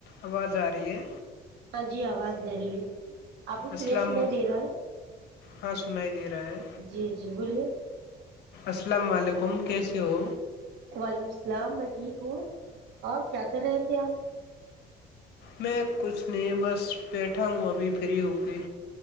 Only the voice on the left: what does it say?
آواز آ رہی ہے
السلام
ہاں سنائی دے رہا ہے
السلام علیکم حکم کیسے ہو
میں کچھ نہیں بس بیٹھا ہوں ابھی فری ہو کے